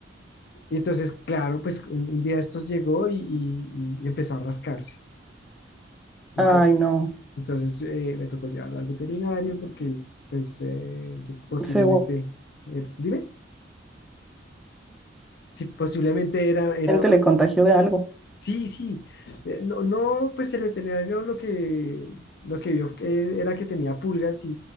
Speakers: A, on the left; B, in the centre.
A: Y entonces, claro, pues un un día estos llegó y, y- y empezó a rascarse. Y
B: Ay,
A: yo,
B: no.
A: entonces eh, me tocó llevarla al veterinario porque pues eh, posiblemente,
B: Seguramente
A: eh, dime. Sí, posiblemente era, era,
B: le contagió de algo.
A: sí, sí, eh, no, no, pues el veterinario lo que, lo que vio que era que tenía pulgas y,